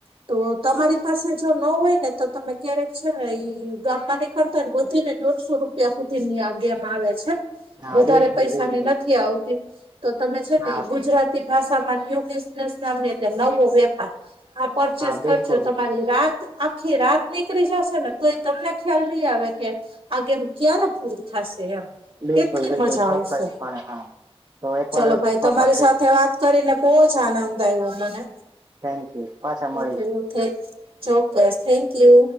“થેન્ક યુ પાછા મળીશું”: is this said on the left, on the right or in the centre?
Right